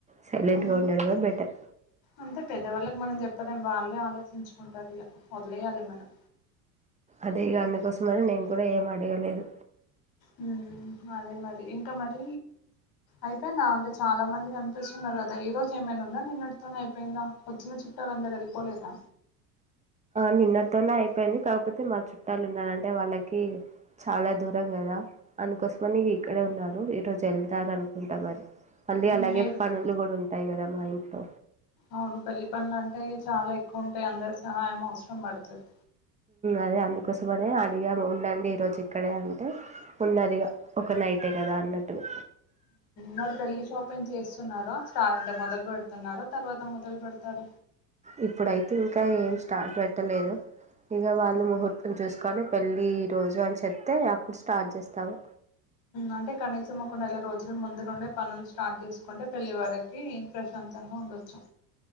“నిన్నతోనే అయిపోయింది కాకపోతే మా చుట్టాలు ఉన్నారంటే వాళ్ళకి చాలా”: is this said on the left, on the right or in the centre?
Right